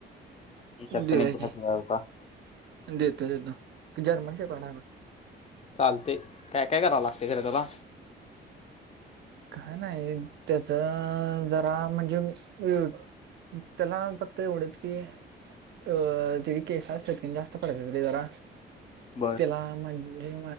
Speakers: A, on the left; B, on the right.
A: तुमच्यात
B: देऊ
A: पण एक घ्यायचा
B: की
A: मला होता
B: देतोे देतो ते जर्मन शेफर्ड आहे बघ.
A: चालतेय काय काय करावं लागते खरं त्याला.
B: काय नाही त्याच जरा म्हणजे विव त्याला नं फक्त एवढंच की. अ तेचे केस असत्यात कीन जास्त पडत्यात रे जरा.
A: बरं
B: तिला म्हणजे